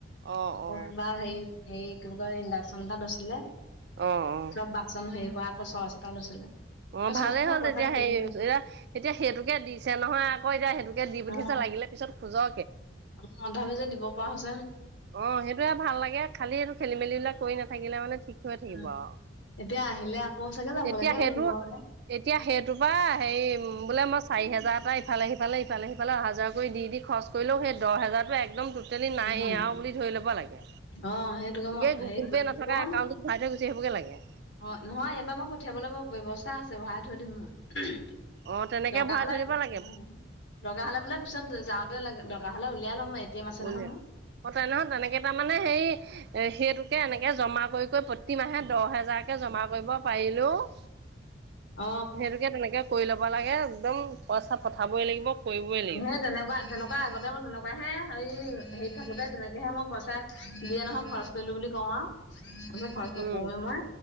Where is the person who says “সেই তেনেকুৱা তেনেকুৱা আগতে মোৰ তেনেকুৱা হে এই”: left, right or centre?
Left